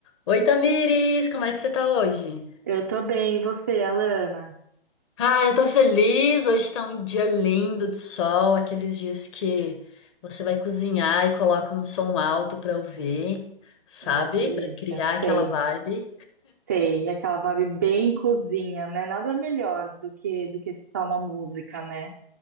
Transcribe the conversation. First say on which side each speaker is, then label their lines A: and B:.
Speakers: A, on the left; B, on the right.
A: Oi, Tamires, como é que você tá hoje?
B: Eu tô bem, e você, Alana?
A: Ah, eu tô feliz. Hoje tá um dia lindo de sol, aqueles dias que você vai cozinhar e coloca um som alto pra ouvir, sabe?
B: Nossa, delícia,
A: Pra criar
B: sei,
A: aquela vibe.
B: sei. Aquela vibe bem cozinha, né? Nada melhor do que do que escutar uma música, né?